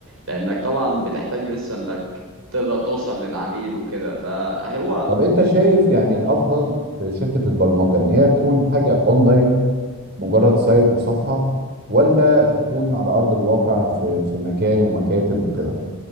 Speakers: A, on the right; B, on the right.
A: لانك طبعا بتحتاج لسه انك تقدر توصل للعميل وكده فهو
B: طب انت شايف يعني الافضل في شركه البرمجه ان هي تكون حاجه اونلاين مجرد سايت وصفحة ولا تكون على أرض الواقع في في مكان ومكاتب وكده